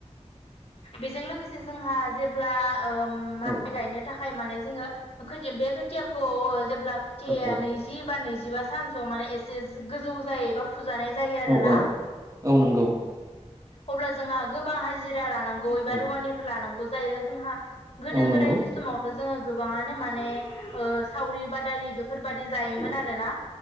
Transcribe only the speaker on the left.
बेजों लोगोसे जोंहा जेब्ला ओ माइ
गायनो थाखा खाय माने जोङो खो बे खोथियाखौ जेब्ला खोथियाया
नैजि बा नैजि जिबा सानसोयाव माने एसे गोजौ जायो बा फुजानाय जायो आरो
ना।
अब्ला जोंहा गोबां हाजिरा लानांगौ एबा
रुवानिफोर लानांगौ जायो। जोंहा गोदो
गोदायनि समावथ' जोङो गोबाङानो माने ओ सावरि बादालि बे फोरबादि जायोमोन
आरोना।